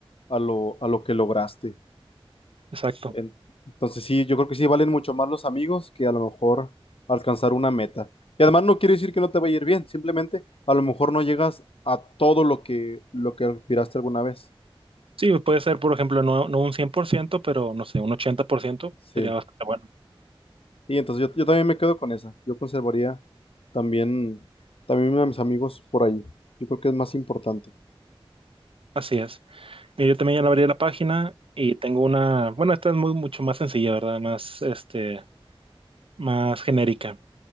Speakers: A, on the left; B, on the right.
A: a lo, a lo que lograste.
B: Exacto.
A: En- Entonces sí, yo creo que sí valen mucho más los amigos que a lo mejor alcanzar una meta. Y además no quiere decir que no te vaya a ir bien, simplemente a lo mejor no llegas a todo lo que lo que aspiraste alguna vez.
B: Sí, puede ser, por ejemplo, no, no un 100%, pero no sé, un 80%
A: Sí.
B: sería bastante bueno.
A: Y entonces yo, yo también me quedo con esa. Yo conservaría también también a mis amigos por ahí. Yo creo que es más importante.
B: Así es. Y yo también ya le abrí la página y tengo una, bueno, esta es muy mucho más sencilla, ¿verdad? Más, este, más genérica.